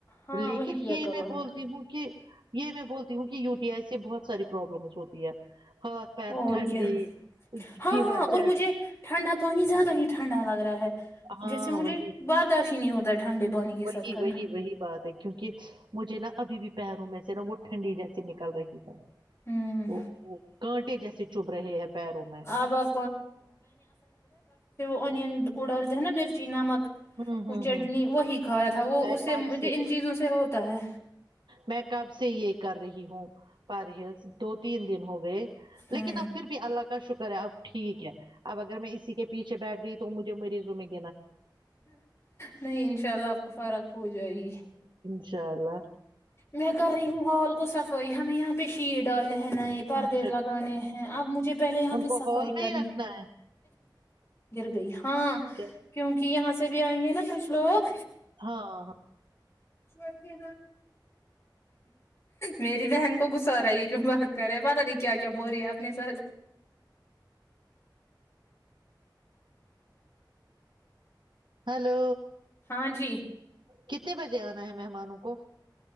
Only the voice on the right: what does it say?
لیکن
یہ
میں
بولتی ہوں کہ یہ میں بولتی ہوں کہ یو ٹی آئی سے بہت ساری پروابلمس ہوتی ہے ہاتھ پیر
ٹھنڈے
فیور
جیس
ہاں
وہی
وہی
وہی وہی بات ہے کیونکہ مجھے نا ابھی بھی پیروں میں سے نا وہ ٹھنڈی جیسی نکل رہی ہے
وہ کانٹے جیسے چبھ رہے ہیں پیروں میں
ہوں
ہوں
ہوں
میں
کب
میں کب سے یہ کر رہی ہوں پرز دو تین دن ہو گئے گئے
لیکن اب پھر بھی اللہ کا شکر ہے اب ٹھیک ہے اب اگر میں اسی کے پیچھے بیٹھ گئی تو مجھے مریضوں میں گ
شء الا
اچھا
ان
کو
ہال میں
ہی رکھنا ہے
کیا
ہاں ہاں
ہلو
کتنے بجے آنا ہے مہمانوں کو